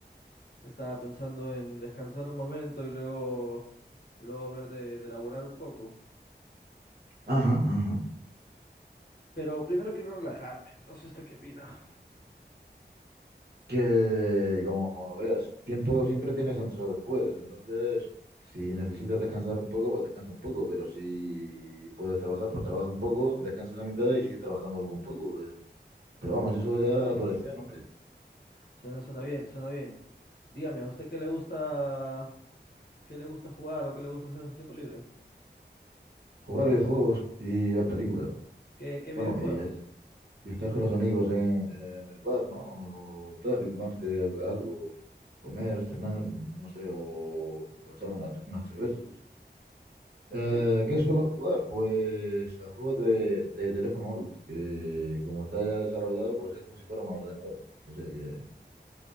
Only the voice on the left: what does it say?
Estaba pensando en descansar un momento y luego, luego ver de, de laburar un poco.
Pero primero quiero relajarme. No sé usted qué opina.
Suena, suena bien, suena bien. Dígame, ¿a usted qué le gusta, qué le gusta jugar o qué le gusta hacer en su tiempo libre?
¿Qué, qué videojuegos?
¿Qué